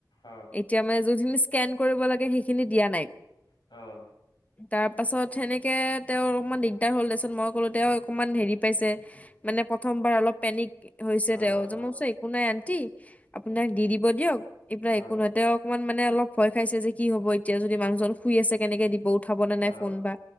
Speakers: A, on the left; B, on the left.
A: অ',
B: এতিয়া মানে যিখিনি স্কেন কৰিব লাগে সেই খিনি দিয়া নাই
A: অ
B: <unintelligible> তাৰ পাছত সেনেকে তেওঁ অকণমান দিগদাৰ হ'ল তাৰপিছত মই ক'লো তেওঁ অকণমান হেৰি পাইছে মানে প্ৰথমবাৰ অলপ পেনিক হৈছে
A: অ', অ',
B: তেওঁ কৈছে মই কৈছোঁ একো নাই আন্টি আপোনাক দি দিব দিয়ক এই বিলাক
A: অ',
B: একো নহয় তেওঁ অকমান মানে অলপ ভয় খাইছে যে কি হ'ব এতিয়া যদি মানুহজন শুই আছে কেনেকে দিব উঠাব নে নাই
A: অ', অ',
B: ফোন বা